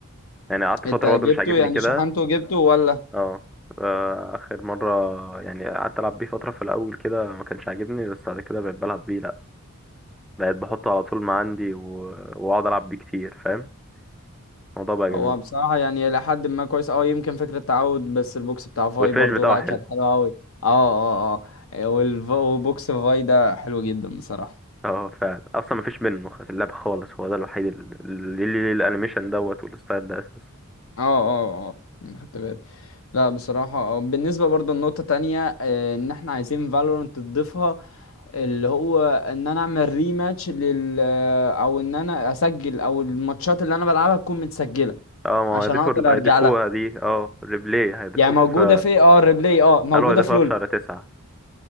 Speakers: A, in the centre; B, on the left (about 65°).
A: يعني قعدت فتره
B: انت جبته
A: برضه مش عاجبني
B: يعني
A: كده
B: شحنته جبته ولا
A: اه آه، اخر مرة يعني قعدت العب بيه فترة في الاول كده ما كانش عاجبني بس بعد كده بقيت بلعب بيه لا بقيت بحطه على طول ما عندي و... واقعد العب بيه كتير فاهم الموضوع بقى جميل
B: هو بصراحة يعني إلى حد ما كويس أوي يمكن فكرة تعود بس البوكس بتاع فاي
A: والفينش
B: برضو
A: بتاعه
B: لأ
A: حلو
B: كانت حلوة أوي اه اه اه آه، والف- وبوكس فاي ده حلو جدا بصراحة
A: اه فعلا اصلا ما فيش منه في اللعبة خالص هو ده الوحيد ال- اللي ليه الانيميشن دوت والستايل ده اساسا
B: اه اه اه آه، أنا خدت بالي لا بصراحة آه، بالنسبة برضو لنقطة تانية آه، إن إحنا عايزين فالورانت تضيفها اللي هو إن أنا أعمل ريماتش لل آه، أو إن أنا أسجل أو الماتشات اللي أنا بلعبها تكون متسجلة
A: اه ما
B: عشان
A: هو هيضيفوا
B: أقدر أرجع
A: هيضيفوها
B: لها
A: دي اه ريبلاي هيضيفوه
B: يعني موجودة
A: في
B: في اه الريبلاي اه موجودة
A: قالوا هيضيفوها
B: في لول
A: في شهر تسعة